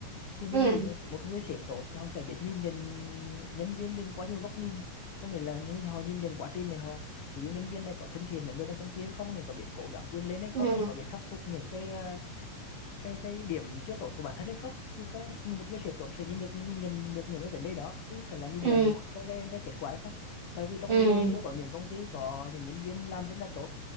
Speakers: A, on the left (about 70°); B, on the right (about 55°).
A: thì mình
B: ừ
A: nghĩ là để một người sếp tốt thì họ sẽ biết nhìn nhận nhân viên mình quá nhiều góc nhìn có nghĩa là nhân- họ nhìn nhận quá trình này họ ví dụ nhân viên này có thân thiện với người trong công ty hay không này có biết cố gắng vươn lên hay không
B: ừ
A: này có biết khắc phục những cái à, cái cái điểm chưa tốt của bản thân hay không thì có một người sếp tốt sẽ nhìn được nhìn nhận được những cái vấn đề đó chứ không phải là nhìn
B: ừ
A: nhận một cái cái cái kết quả hay không tại vì trong
B: ừ
A: một công ty có những công ty có những nhân viên làm rất là tốt